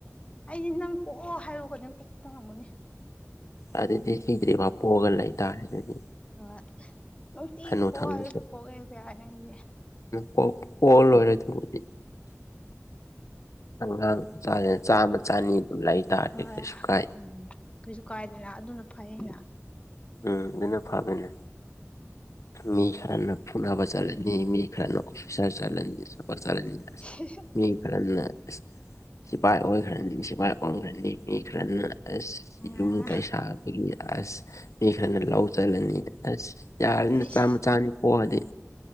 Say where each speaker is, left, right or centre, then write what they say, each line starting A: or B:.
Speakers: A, on the left; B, on the left.
A: ꯑꯩꯗꯤ ꯅꯪ ꯄꯣꯛꯑꯣ ꯍꯥꯏꯕ ꯈꯨꯗꯤꯡ ꯄꯣꯛꯄ ꯉꯝꯒꯅꯤ
B: ꯑꯗꯨꯗꯤ ꯁꯤꯗ꯭ꯔꯤ ꯐꯥꯎ ꯄꯣꯛꯑꯒ ꯂꯩꯇꯥꯔꯦ ꯑꯗꯨꯗꯤ
A: ꯍꯣꯏ ꯅꯨꯡꯇꯤꯒꯤ
B: ꯍꯅꯨ
A: ꯄꯣꯛ
B: ꯊꯪꯅꯁꯨ
A: ꯍꯥꯏꯕꯁꯨ ꯄꯣꯛꯑꯦ ꯌꯥꯏꯅꯦ ꯑꯩꯗꯤ
B: ꯄꯣꯛꯑ <unintelligible> ꯑꯉꯥꯡ ꯆꯥꯝꯃꯥ ꯆꯅꯤ ꯑꯗꯨꯝ ꯂꯩꯇꯥꯥꯔꯗꯤ
A: ꯍꯣꯏ
B: ꯀꯩꯁꯨ ꯀꯥꯏ
A: ꯎꯝ ꯀꯩꯁꯨ ꯀꯥꯏꯗꯦꯅ ꯑꯗꯨꯅ ꯐꯩꯅ
B: ꯎꯝ ꯑꯗꯨꯅ ꯐꯕꯅꯦ ꯃꯤ ꯈꯔꯅ ꯐꯨꯅꯕ ꯆꯠꯂꯅꯤ ꯃꯤ ꯈꯔꯅ ꯑꯣꯐꯤꯁꯥꯔ ꯆꯠꯂꯅꯤ <inaudible> ꯆꯠꯂꯅꯤ
A: <unintelligible>
B: ꯑꯁ ꯃꯤ ꯈꯔꯅ ꯁꯤꯐꯥꯏ ꯑꯣꯏꯈ꯭ꯔꯅꯤ ꯁꯤꯐꯥꯏ ꯑꯣꯟꯈ꯭ꯔꯅꯤ ꯃꯤ ꯈꯔꯅ ꯑꯁ
A: ꯑꯥ
B: ꯌꯨꯝ ꯀꯩꯁꯥꯕꯒꯤ ꯑꯁ ꯃꯤ ꯈꯔꯅ ꯂꯧ ꯆꯠꯂꯅꯤ ꯑꯁ ꯌꯥꯔꯅꯤ
A: ꯏꯁ
B: ꯆꯥꯝꯃ ꯆꯅꯤ ꯄꯣꯛꯑꯗꯤ